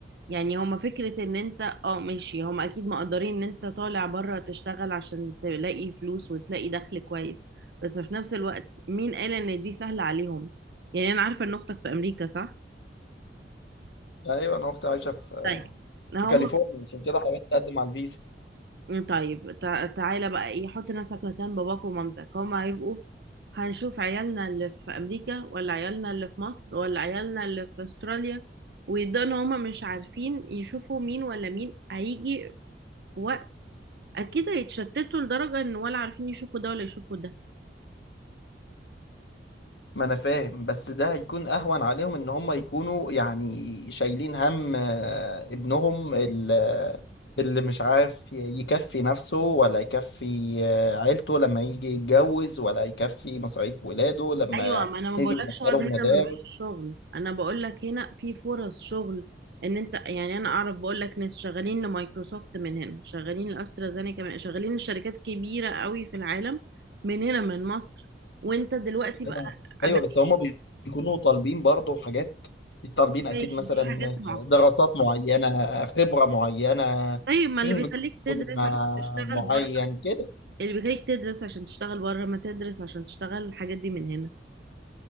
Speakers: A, on the right; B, on the left.
A: يعني هما فكره ان انت اه ماشي هما اكيد مقدرين ان انت طالع بره تشتغل عشان تلاقي فلوس وتلاقي دخل كويس بس في نفس الوقت مين قال ان دي سهله عليهم يعني انا عارفه ان اختك في امريكا صح
B: ايوه انا اختي عايشه في
A: طيب هم
B: في كاليفورنيا عشان كده حاولت اقدم على الفيزا
A: طيب تع- تعالى بقى ايه حط نفسك مكان باباك ومامتك هما هيبقوا هنشوف عيالنا اللي في امريكا ولا عيالنا اللي في مصر ولا عيالنا اللي في استراليا ويبدأوا ان هما مش عارفين يشوفوا مين ولا مين هيجي في وقت اكيد هيتشتتوا لدرجة ان ولا عارفين يشوفوا ده ولا يشوفوا ده
B: ما انا فاهم بس ده هيكون اهون عليهم ان هم يكونوا يعني شايلين هم آه، ابنهم ال- آه، اللي مش عارف يكفي نفسه ولا يكفي آه، عيلته لما يجي يتجوز ولا يكفي مصاريف ولاده لما
A: ايوه ما انا ما بقولكش
B: يجي يدخلهم
A: اقعد هنا
B: مدارس
A: من غير شغل انا بقولك هنا في فرص شغل ان انت يعني انا اعرف بقولك ناس شغالين لمايكروسوفت من هنا شغالين لاسترازينيكا من شغالين لشركات كبيره قوي في العالم من هنا من مصر وانت دلوقتي بقى
B: ايوه أيوة،
A: بقى-
B: بس هم بيكونوا طالبين برضه حاجات طالبين اكيد
A: ماشي
B: مثلا
A: دي حاجات معقده
B: دراسات معينه خبره معينه
A: طيب ما اللي
B: انجلش
A: بيخليك تدرس
B: يكون مع-
A: عشان تشتغل
B: معين
A: بره
B: كده
A: اللي بيخليك تدرس عشان تشتغل بره ما تدرس عشان تشتغل الحاجات دي من هنا